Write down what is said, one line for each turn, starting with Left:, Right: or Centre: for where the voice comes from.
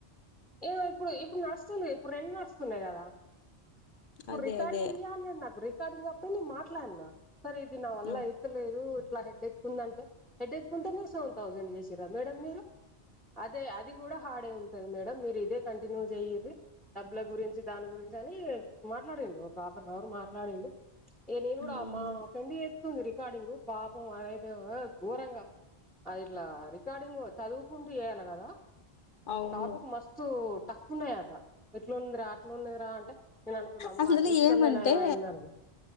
Centre: ఇగో ఇప్పుడు ఇప్పుడు నాకు వస్తుంది ఇప్పుడు రెండు వస్తున్నాయి కదా ఇప్పుడు
Left: అదే
Centre: రికార్డింగ్
Left: అదే
Centre: ఇవ్వాలిను నాకు రికార్డింగ్ అప్పడే నేను మాట్లాడినా సరే ఇది నా వల్ల
Left: ఆ
Centre: అయితేలేదు ఇట్లా హెడ్ ఎక్ ఉందంటే హెడ్ ఎక్ ఉంటేనే సో థౌసండ్ చేసిరా మేడం మీరు అదే అది కూడా హడే ఉంటంది మేడం మీరు ఇదే కంటిన్యూ చెయ్యర్రి డబ్బుల గురించి దాని గురించి గాని మాట్లాడిండు ఒక హాఫ్ అన్ అవర్ మాట్లాడిండు ఏ నేను కూడా
Left: అవును
Centre: మా ఫ్రెండ్ చేస్తుంది రికార్డింగ్ పాపం అదైతే ఘోరంగా అది ఇట్లా రికార్డింగ్ చదువుకుంటూ చేయాలి కదా
Left: అవును
Centre: టాపిక్ మస్తు టఫ్ ఉన్నయట ఎట్లుందిరా ఉన్నదిరా అంటే నేను అనుకున్నా అమ్మా
Left: అందులో
Centre: తీసుకుందే
Left: ఏమంటే
Centre: నయామైంది అనుకున్న.